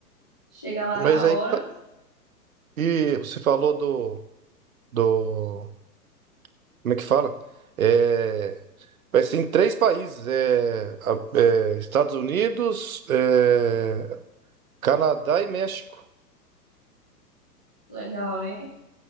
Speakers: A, in the centre; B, on the right.
A: Chega lá
B: mas
A: na
B: aí
A: hora.
B: que tá. E você falou do, do, como é que fala? É, vai ser em três países, é, a- é, Estados Unidos, é, Canadá e México.
A: Legal, né?